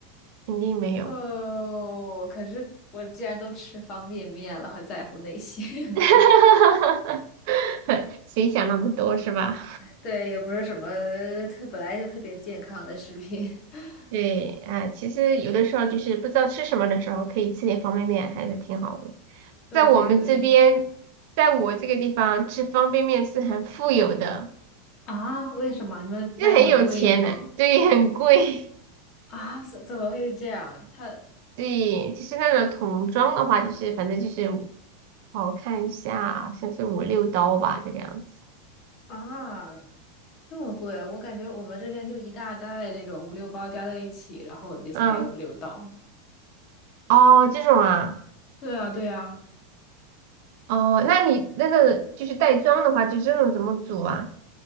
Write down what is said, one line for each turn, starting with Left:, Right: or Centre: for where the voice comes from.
Right: 肯定没有。
Left: 哦，可是我既然都吃方便面了，还在乎那些？<laughs>
Right: <laughs> 谁想那么多是吧？
Left: 对，也不是什么特本来就特别健康的食品。<laughs>
Right: 对，啊，其实有的时候就是不知道吃什么的时候，可以吃点方便面，还是挺好的。
Left: 对对对，
Right: 在我们这边，在我这个地方吃方便面是很富有的。
Left: 啊？为什么你们卖的很贵吗？
Right: 就是很有钱的，对，很贵，
Left: 啊，怎怎么会这样？它
Right: <laughs> 对，就是那种桶装的话，就是反正就是五，好我看一下，好像是五六刀吧，这个样子。
Left: 啊这么贵，我感觉我们这边就一大袋那种五六包加在一起，然后也才五六刀。
Right: 嗯，哦，这种啊，
Left: 对啊对啊，
Right: 哦，那你那个就是袋装的话，就这种怎么煮啊？